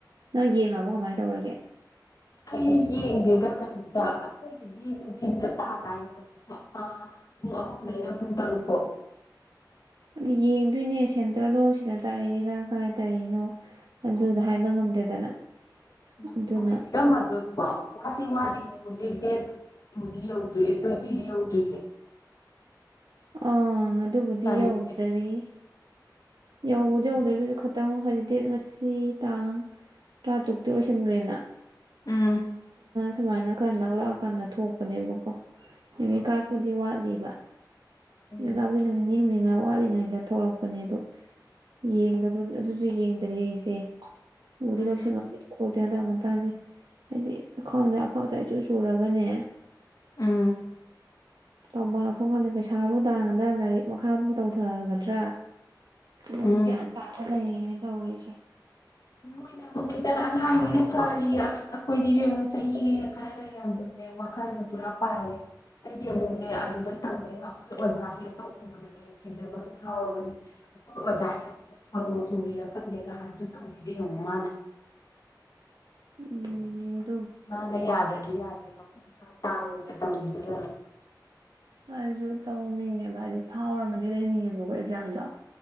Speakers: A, on the right; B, on the left.
A: ꯅꯪ ꯌꯦꯡꯉꯕꯣ ꯀꯃꯥꯏ ꯇꯧꯔꯒꯦ
B: ꯑꯩ ꯌꯦꯡꯗꯦꯗ ꯀꯩꯝꯇ ꯑꯩꯈꯣꯏꯒꯤꯗꯤ ꯅꯨꯡꯊꯤꯟꯗ ꯇꯥꯗꯥꯏꯅꯦ ꯑꯥ ꯄꯨꯡ ꯑꯍꯨꯝꯗꯩꯅ ꯄꯨꯡ ꯇꯔꯨꯛ ꯐꯣꯎ
A: ꯅ ꯌꯦꯡꯗꯨꯢꯅꯦ ꯁꯦꯟꯇꯔꯗꯣ ꯁꯤꯗ ꯇꯥꯔꯛꯏꯔꯥ ꯀꯗꯥꯏ ꯇꯥꯔꯛꯏꯅꯣ ꯑꯗꯨꯗ ꯍꯥꯏꯕ ꯉꯝꯗꯦꯗꯅ
B: ꯎꯝ
A: ꯑꯗꯨꯅ
B: ꯍꯧꯖꯤꯛ ꯄꯤꯔꯝꯃꯗ꯭ꯔꯣ ꯑꯗꯨꯕꯣ ꯋꯥꯠꯇꯤ ꯋꯥꯠꯂꯤꯌꯦ ꯍꯧꯖꯤꯛ ꯗꯦꯠ ꯇꯨꯗꯤ ꯌꯧꯗ꯭ꯔꯤ ꯑꯦ ꯇ꯭ꯋꯦꯟꯇꯤꯗꯤ ꯌꯧꯗ꯭ꯔꯤꯌꯦ
A: ꯑꯪ ꯑꯗꯨꯕꯨꯗꯤ
B: ꯇꯥꯔꯤꯛꯁꯦ
A: ꯌꯧꯗꯔꯤ ꯌꯧꯕꯨꯗꯤ
B: ꯎꯝ
A: ꯌꯧꯗ꯭ꯔꯤ ꯑꯗꯨ ꯖꯨ ꯈꯇꯪ ꯍꯥꯏꯗꯤ ꯗꯦꯠ ꯉꯁꯤ ꯇꯥꯡ ꯇ꯭ꯔꯥꯇꯔꯨꯛꯇꯤ ꯑꯣꯏꯁꯟꯒ꯭ꯔꯦꯗꯅ
B: ꯎꯝ
A: ꯁꯨꯃꯥꯏꯅ ꯈꯔ ꯅꯛꯂꯑꯀꯥꯟꯗ ꯊꯣꯛꯄꯅꯦꯕꯀꯣ ꯅꯨꯃꯤꯠ ꯀꯥꯠꯄꯨꯗꯤ ꯋꯥꯠꯂꯤꯕ
B: ꯎꯝ
A: ꯌꯦꯡꯉꯑꯕꯅꯦ ꯅꯨꯃꯤꯠ ꯅꯤꯅꯤ ꯍꯨꯝꯅꯤ ꯉꯥꯛ ꯋꯥꯠꯂꯤꯉꯩꯗ ꯊꯣꯛꯂꯛꯄꯅꯦ ꯑꯗꯣ ꯌꯦꯡꯗꯕ ꯑꯗꯨꯖꯨ ꯌꯦꯡꯗ꯭ꯔꯤ ꯑꯩꯖꯦ ꯎꯗꯤ
B: ꯎꯝ
A: ꯂꯧꯁꯜꯂꯣ ꯋꯤꯠ ꯐꯣꯇꯣ ꯗꯨ ꯍꯟꯗꯛ ꯃꯇꯥꯡꯅꯤ ꯍꯥꯏꯗꯤ ꯈꯪꯗꯦ ꯑꯐꯛ ꯑꯆꯥꯏ ꯏꯆꯨ ꯆꯨꯔꯒꯅꯦ
B: ꯎꯝ
A: ꯇꯧꯕꯝ ꯂꯥꯛꯐꯝ ꯈꯪꯗꯦ ꯄꯩꯁ ꯊꯥꯕꯨ ꯊꯥꯒꯗ꯭ꯔꯥ ꯂꯥꯏꯔꯤꯛ ꯃꯈꯥꯕꯨ ꯇꯧꯊꯒꯗ꯭ꯔꯥ ꯕꯛ
B: ꯎꯝ
A: ꯒ꯭ꯌꯥꯟ ꯇꯥꯗ ꯂꯩꯔꯦ ꯅ ꯇꯧꯔꯤꯁꯦ
B: ꯅꯣꯏꯅ ꯑꯃꯨꯛ ꯈꯤꯇꯪ ꯑꯉꯥꯡꯅꯤꯅ ꯐꯔꯤꯌꯦ ꯑꯩꯈꯣꯏꯗꯤ ꯏꯕꯦꯝꯃ ꯆꯍꯤ ꯈꯔꯅ ꯌꯥꯝꯖꯜꯂꯦ ꯋꯥꯈꯜꯖꯦ ꯄꯨꯔꯥ ꯄꯥꯏꯔꯦ ꯑꯩꯗꯤ ꯑꯃꯨꯛꯅꯦ ꯑꯗꯨꯗ ꯇꯝꯕꯩ ꯋꯥꯈꯜ ꯑꯣꯖꯥ ꯍꯦꯠꯇꯣ ꯎꯕꯗꯅꯦ ꯀꯤꯖꯕ ꯑꯃ ꯌꯥꯎꯔꯕꯅꯦ ꯑꯩꯈꯣꯏ ꯑꯣꯖꯥ ꯍꯦꯠꯇꯨꯅ ꯁꯣꯅꯣ ꯆꯨꯕꯤꯔ ꯈꯪꯗꯦ ꯉꯍꯥꯟꯖꯨ ꯇꯧꯅꯤꯡꯗꯦ ꯌꯦꯡꯉꯨ ꯃꯥꯅ
A: ꯎꯝꯝꯝ
B: ꯃꯥꯅ ꯌꯥꯗꯗꯤ ꯌꯥꯗ꯭ꯔꯦ ꯃꯀꯣꯛ ꯏꯇꯥꯡ ꯇꯥꯡꯉ ꯇꯧꯔꯤꯗꯨꯒ
A: ꯑꯩꯁꯨ ꯇꯧꯅꯤꯡꯉꯦꯕ ꯍꯥꯏꯗꯤ ꯐꯥꯎꯔꯒꯗꯤ ꯂꯩꯅꯤꯡꯉꯦꯕꯀꯣ ꯑꯦꯛꯖꯥꯝꯗꯣ